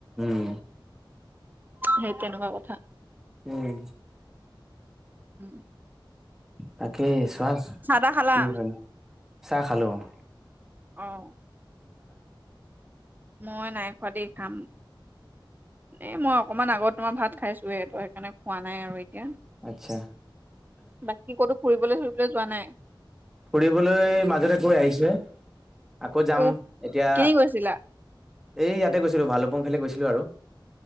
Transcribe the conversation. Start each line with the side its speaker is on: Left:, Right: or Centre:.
Centre: উম।
Right: সেই তেনেকুৱা কথা।
Centre: উম।
Right: উম।
Centre: তাকেই চোৱা,
Right: তাহ খালা
Centre: কি হয়! চাহ খালো অ'।
Right: অ'। মই নাই খোৱা দেই, খাম। এই মই অকমান আগত তোমাৰ ভাত খাইছোৱে। ত' সেইকাৰণে খোৱা নাই আৰু য়া।
Centre: আচ্ছা
Right: বাকী ক'তো ফুৰিবলৈ-চুৰিবলৈ যোৱা নাই?
Centre: ফুৰিবলৈ মাজতে গৈ আহিছোহে। আকৌ যাম।
Right: ক
Centre: এতিয়া,
Right: কেনি গৈছিলা
Centre: এই ইয়াতে গৈছিলো ভালুকপুং ফালে গৈছিলো আৰু!